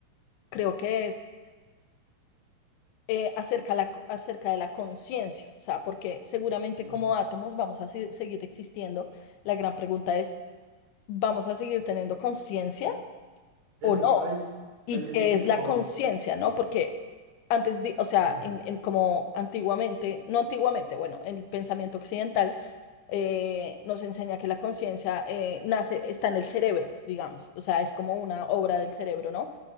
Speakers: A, on the left; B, on the right.
A: creo que es eh, acerca, la, co- acerca de la conciencia, o sea, porque seguramente
B: mm.
A: como átomos vamos a se- seguir existiendo, la gran pregunta es, ¿vamos a seguir teniendo conciencia
B: Eso,
A: o no?
B: ahí,
A: y
B: ahí
A: que
B: es donde
A: es
B: yo...
A: la conciencia, ¿no? Porque antes, di- o sea,
B: Sí.
A: en, en como antiguamente, no antiguamente, bueno, el pensamiento occidental eh, nos enseña que la conciencia eh, nace, está en el cerebro, digamos, o sea, es como una obra del cerebro, ¿no?